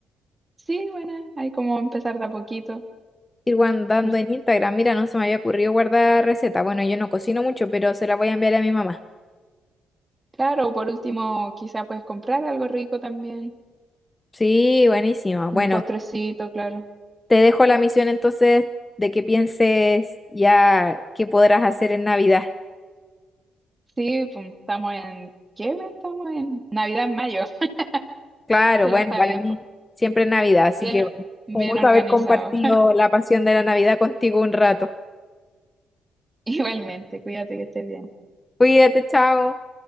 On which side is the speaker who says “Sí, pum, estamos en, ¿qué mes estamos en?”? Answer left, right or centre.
Right